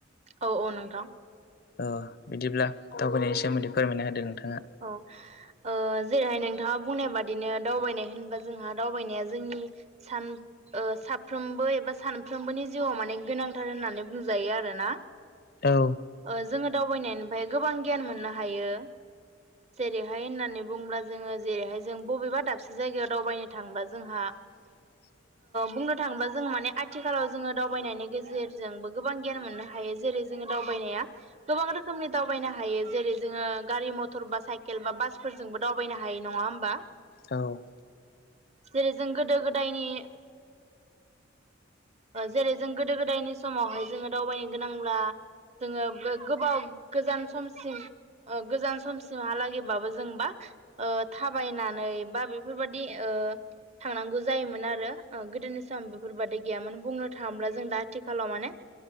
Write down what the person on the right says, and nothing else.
औ औ नोंथां
औ औ जेरैहाय नोंथाङा बुंनायबा बिदिनो दावबायनाय होनबा जोंहा दावबायनाया जोंनि सान साफ्रोमबो एबा सान साफ्रोमबोनि जिउआव माने गोनांथार होननानै बुंजायो आरोना
ओ जोङो दावबायनायनिफ्राय गोबां गियान मोननो हायो जेरैहाय होननानै बुंङोब्ला जोङो जेरैहाय जों बबेबा दाबसे जायगायाव दावबायनो थांब्ला जोंहा
बुंनो थाङोबा जोङो माने आथिखालाव जोङो दावबायनायनि गेजेरजोंबो गोबां गियान मोननो हायो जेरै जोङो दावबायनाया गोबां रोखोमनि दावबायनो हायो जेरै जोङो गारि मटर बा साइकेल बा बासफोरजोंबो दावबायनो हाय नङा होमबा
जेरै जों गोदो गोदायनि जेरै जों गोदो गोदायनि समावहाय जोङो दावबायनो गोनांब्ला जोङो गोबाव गोजान समसिम गोजान समसिमहालागैबाबो जोंबा थाबायनानै बा बेफोरबायदि थांनांगौ जायोमोन आरो गोदोनि सम बेफोर बादै गैयामोन बुंनो थाङोब्ला जों दा आथिखालाव माने